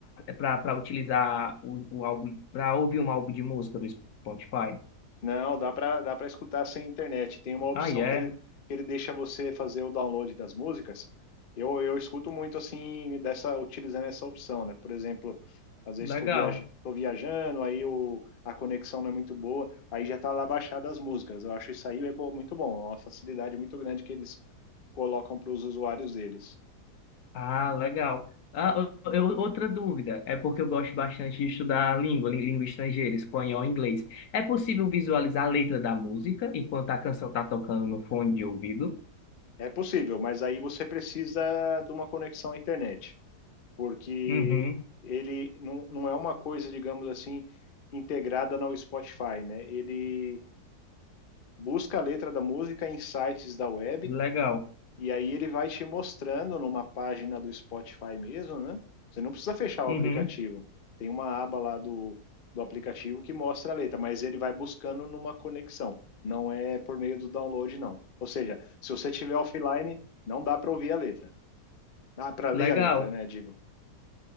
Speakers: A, on the left; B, on the left.
A: para utilizar o, o álbum, para ouvir um álbum de música do Spotify?
B: Não, dá para dá para escutar sem internet. Tem uma opção
A: Ah, é,
B: que ele, que ele deixa você fazer o download das músicas. Eu, eu escuto muito assim dessa utilizando essa opção, né? Por exemplo, às vezes
A: legal.
B: estou viaj tô viajando, aí o, a conexão não é muito boa, aí já tá lá baixada as músicas. Eu acho isso aí é bo- muito bom, é uma facilidade muito grande que eles colocam para os usuários deles.
A: Ah, legal. Ah, eu, eu- outra dúvida, é porque eu gosto bastante de estudar língua, lí- língua estrangeira, espanhol, inglês. É possível visualizar a letra da música enquanto a canção está tocando no fone de ouvido?
B: É possível, mas aí você precisa de uma conexão à internet. porque
A: Uhum,
B: ele não, não é uma coisa, digamos assim, integrada no Spotify, né? Ele busca a letra da música em sites da web
A: legal.
B: e aí ele vai te mostrando numa página do Spotify mesmo, né? Você não precisa fechar o
A: Uhum,
B: aplicativo. Tem uma aba lá do, do aplicativo que mostra a letra, mas ele vai buscando numa conexão. Não é por meio do download, não. Ou seja, se você tiver offline, não dá para ouvir a letra. Dá para ler
A: legal.
B: a letra, né? Digo,